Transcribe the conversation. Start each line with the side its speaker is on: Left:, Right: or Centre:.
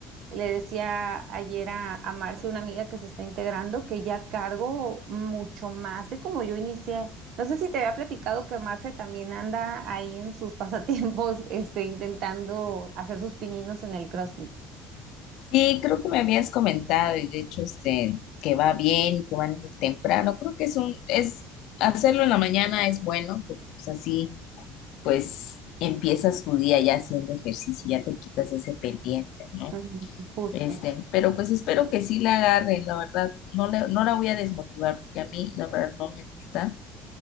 Right: le decía ayer a, a Marce, una amiga que se está integrando, que ya cargo mucho más de como yo inicié. No sé si te había platicado que Marce también anda ahí en sus pasatiempos, <laughs> este, intentando hacer sus pininos en el CrossFit.
Left: Sí, creo que me habías comentado y de hecho este que va bien y que van desde temprano. Creo que es un es hacerlo en la mañana es bueno, porque pues así pues empiezas tu día ya haciendo ejercicio y ya te quitas ese pendiente, ¿no?
Right: Ujú, Justo.
Left: Este, pero pues espero que sí la agarre, la verdad, no le, no la voy a desmotivar porque a mí la verdad no me gusta